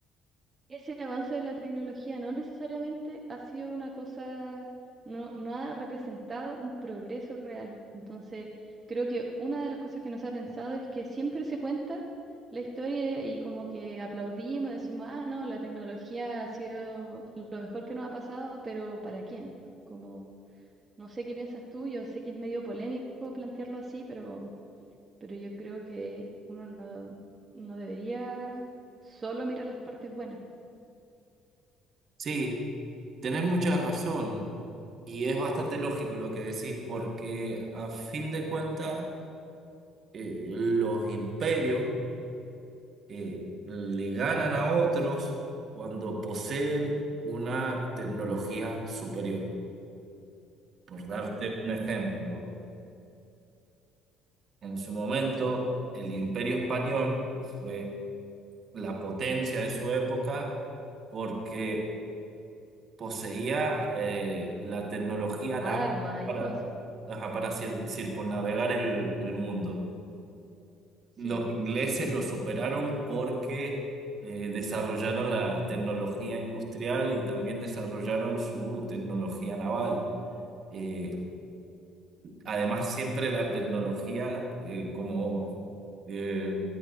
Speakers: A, on the right; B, on the right.
A: ese avance de la tecnología no necesariamente ha sido una cosa, no, no ha representado un progreso real. Entonces, creo que una de las cosas que no se ha pensado es que siempre se cuenta la historia y como que aplaudimos, decimos, ah, no, la tecnología ha sido lo mejor que nos ha pasado, pero ¿para quién? Como, no sé qué piensas tú, yo sé que es medio polémico plantearlo así, pero, pero yo creo que uno no, no debería solo mirar las partes buenas.
B: Sí, tenés mucha razón y es bastante lógico lo que decís porque a fin de cuentas eh, los imperios eh, le ganan a otros cuando poseen una tecnología superior. Por darte un ejemplo, en su momento el imperio español fue la potencia de su época porque poseía eh, la tecnología
A: arma
B: naval para,
A: y cosas.
B: ajá, para cir- circunnavegar el, el mundo.
A: Sí.
B: Los ingleses lo superaron porque eh, desarrollaron la tecnología industrial y también desarrollaron su tecnología naval. Eh, además, siempre la tecnología, eh, como eh,